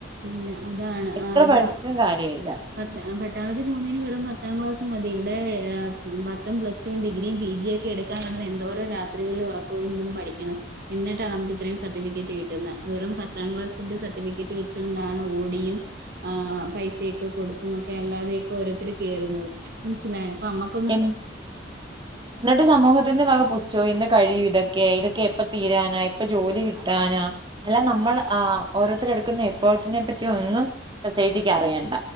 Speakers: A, on the right (about 55°); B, on the right (about 25°).
A: ഇല്ല അതാണ്
B: എത്ര
A: അതാ
B: പഠിച്ചിട്ടും കാര്യം ഇല്ല
A: പത്ത് പട്ടാളത്തി പോകുന്നതിന് വെറും പത്താം ക്ലാസ് മതി ഇവിടെ പത്തും പ്ലസ് ഡിഗ്രിയും പി ജിയും ഒക്കെ എടുക്കാൻ കടന്ന് എന്തോ രാത്രിളിൽ ഉറക്കൊഴിഞ്ഞിരുന്ന് പഠിക്കണം എന്നിട്ടാണ് നമുക്ക് ഇത്രയും സർട്ടിഫിക്കറ്റ് കിട്ടുന്നത് വെറും പത്താം ക്ലാസ്സിന്റെ സർട്ടിഫിക്കറ്റ് വെച്ചു കൊണ്ടാണ് ഓടിയും ആഹ് പൈസൊക്കെ കൊടുത്തും ഒക്കെ അല്ലാതെയൊക്കെ ഓരോരുത്തർ കേയറുന്നത് മനസ്സിലായി അപ്പം ഞമ്മക്ക്
B: എന്നിട്ട് സമൂഹത്തിന്റെ വക ചോ ഇന്ന് കഴിയും ഇതൊക്കെ ഇതൊക്കെ എപ്പ തീരാനാ എപ്പ ജോലി കിട്ടാനാ അല്ല നമ്മൾ ആഹ് ഓരോരുത്തർ എടുക്കുന്ന എഫേർട്ടിനെ പറ്റി ഒന്നും സൊസൈറ്റിക്ക് അറിയണ്ട